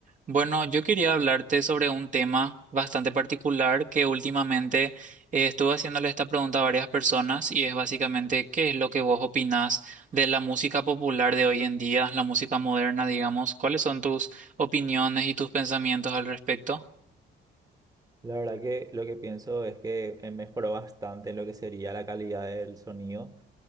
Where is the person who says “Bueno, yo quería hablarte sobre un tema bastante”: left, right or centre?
Right